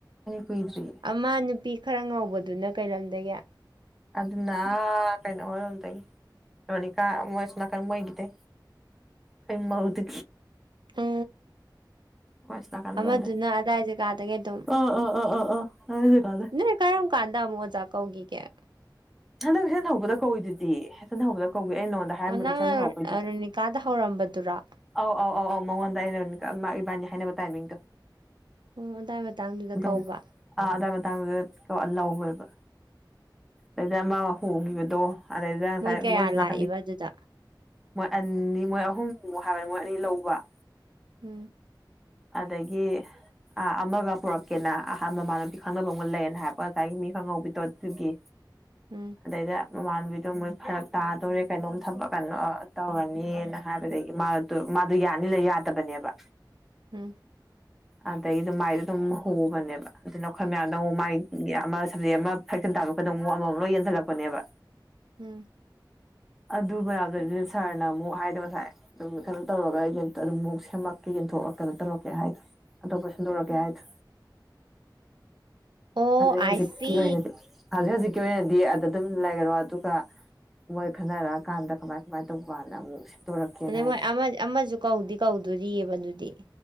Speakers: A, in the centre; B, on the right.
A: ꯀꯨꯏꯗ꯭ꯔꯤꯌꯦ
B: ꯑꯃꯥ ꯅꯨꯄꯤ ꯈꯔ ꯉꯧꯕꯗꯨꯅ ꯀꯩꯔꯝꯗꯒꯦ
A: ꯑꯗꯨꯅ ꯀꯩꯅꯩꯅꯣ ꯑꯣꯔ ꯇꯒꯤ ꯔꯣꯅꯤ ꯀꯥ ꯃꯁꯅꯥ ꯀ ꯃꯣꯏꯒꯤꯗꯦ ꯀꯩ ꯃꯧꯗ
B: ꯑ
A: ꯃꯣꯏ ꯑꯁꯣꯝ ꯅꯥꯀꯟ
B: ꯑꯃꯗꯨꯅ
A: ꯂꯣꯝꯗꯩ
B: ꯑꯗꯥꯏꯁꯦ ꯀꯥꯗꯗꯒꯤ ꯑꯗꯨꯝ
A: ꯑꯥ ꯑꯥ ꯑꯥ ꯑꯥ ꯑꯥ ꯀꯥꯟꯅꯗꯦ ꯀꯥꯟꯅꯗꯦ
B: ꯅꯣꯏ ꯀꯔꯝ ꯀꯥꯟꯗꯥ ꯃꯖꯥꯛ ꯀꯧꯒꯤ ꯀꯌꯥ
A: ꯍꯟꯗꯛ ꯍꯦꯛꯆꯟ ꯍꯧꯕꯗ ꯀꯧꯏꯗꯨꯗꯤ ꯍꯁꯟ ꯍꯧꯕꯗ ꯀꯧꯏ ꯑꯩ ꯅꯉꯣꯟꯗ ꯍꯥꯏꯔꯝꯕꯗ
B: ꯑꯣ ꯅꯪꯅ
A: ꯍꯆꯟ ꯍꯧꯔꯛꯄꯩꯗꯨꯗ
B: ꯔꯣꯅꯤꯀꯥꯗ ꯍꯧꯔꯝꯕꯗꯨꯔꯣ
A: ꯑꯧ ꯑꯧ ꯑꯧ ꯑꯧ ꯃꯉꯣꯟꯗ ꯑꯩꯅ ꯏꯕꯥꯅꯤ ꯍꯥꯏꯅꯕ ꯇꯥꯏꯃꯤꯡꯗꯣ
B: ꯎ ꯑꯗꯨꯗꯥꯏ ꯃꯇꯥꯡꯗꯨꯗ
A: ꯑꯗꯨꯝ
B: ꯀꯧꯕ
A: ꯑꯥ ꯑꯗꯥꯏ ꯃꯇꯥꯡꯗꯨꯗ ꯊꯣꯛꯣꯛꯑ ꯂꯧꯋꯦꯕ ꯑꯗꯩꯗ ꯑꯃ ꯍꯣꯡꯈꯤꯕꯗꯣ ꯑ
B: ꯃꯣꯏ ꯀꯌꯥ
A: ꯃꯣꯁ
B: ꯂꯥꯛꯏꯕ ꯑꯗꯨꯗ
A: ꯃꯣꯏ ꯑꯅꯤꯅꯤ ꯃꯣꯏ ꯑꯍꯨꯝꯅꯤꯃꯨ ꯍꯥꯏꯕꯅꯤ ꯃꯣꯏ ꯑꯅꯤ ꯂꯧꯕ
B: ꯎꯝ
A: ꯑꯗꯨꯗꯒꯤ ꯑꯥ ꯑꯃꯒ ꯄꯨꯔꯛꯀꯦꯅ ꯑꯍ ꯃꯃꯅꯄꯤ ꯈꯪꯅꯕ ꯑꯃ ꯂꯩꯌꯦꯦꯅ ꯍꯥꯏꯕ ꯉꯁꯥꯏꯒꯤ ꯃꯤ ꯈꯪꯍꯧꯕꯤꯗꯣ ꯑꯗꯨꯒꯤ
B: ꯎꯝ
A: ꯑꯗꯩꯗ ꯃꯃꯥꯟꯅꯕꯤꯗꯣ ꯃꯣꯏ ꯐꯔꯛ ꯇꯥ ꯇꯧꯔꯦ ꯀꯩꯅꯣꯝ ꯊ ꯀꯩꯅꯣ ꯇꯧꯔꯅꯤꯅ ꯍꯥꯏꯕꯗꯒꯤ ꯃꯥ ꯃꯥꯗꯣ ꯌꯥꯅꯤꯂ ꯌꯥꯗꯕꯅꯦꯕ
B: ꯎꯝ
A: ꯑꯗ ꯏ ꯃꯥꯗꯨ ꯍꯧꯕꯅꯦꯕ ꯑꯗꯨꯅ ꯑꯩꯈꯣꯏ ꯃꯌꯥꯝꯗ ꯑꯃꯨꯛ ꯃꯥꯒꯤ ꯑꯃ ꯁꯕꯖꯦꯛ ꯑꯃ ꯐꯦꯛꯁꯤꯟ ꯇꯥꯕ ꯈꯨꯣꯏꯗꯡ ꯑꯃꯨꯛ ꯑꯃꯃꯝ ꯂꯣꯏ ꯌꯦꯟꯁꯤꯜꯂꯛꯄꯅꯦ ꯌꯥꯕ
B: ꯎꯝ
A: ꯑꯗꯨ ꯌꯥꯎꯗꯗꯤ ꯁꯥꯔꯅ ꯑꯃꯨꯛ ꯍꯥꯏꯗꯤꯣ ꯉꯁꯥꯏ ꯑꯗꯨꯝ ꯀꯩꯅꯣ ꯇꯧꯔꯒ ꯑꯗꯨꯝ ꯑꯃꯨꯛ ꯁꯦꯝꯃꯛꯀꯦ ꯑ ꯀꯩꯅꯣ ꯇꯧꯔꯛꯀꯦ ꯍꯥꯏꯗꯣ ꯑꯇꯣꯞꯄ ꯁꯟꯗꯣꯔꯛꯑꯀꯦ
B: ꯎꯝ
A: ꯍꯥꯏꯗ
B: ꯑꯣ
A: ꯍꯧ
B: ꯑꯥꯏ
A: ꯍꯧꯖꯤꯛꯀꯤ
B: ꯁꯤ
A: ꯑꯣꯏꯅꯗꯤ ꯑ ꯍꯧꯖꯤꯛꯀꯤ ꯑꯣꯏꯅꯗꯤ ꯑ ꯑꯗꯨꯝ ꯂꯩꯔꯔꯣ ꯑꯗꯨꯒ ꯃꯣꯏ ꯈꯟꯅꯔꯛꯑꯀꯥꯟꯗ ꯀꯃꯥꯏ ꯀꯃꯥꯏꯅ ꯇꯧꯕꯅ ꯑꯃꯨꯛ ꯁꯤꯟꯗꯣꯔꯛꯀꯦꯅ
B: ꯑꯗꯩ
A: ꯍꯥꯏꯗꯣ
B: ꯃꯣꯏ ꯑꯃꯁꯨ ꯀꯧꯗꯤ ꯀꯧꯗꯣꯔꯤꯑꯕ ꯑꯗꯨꯗꯤ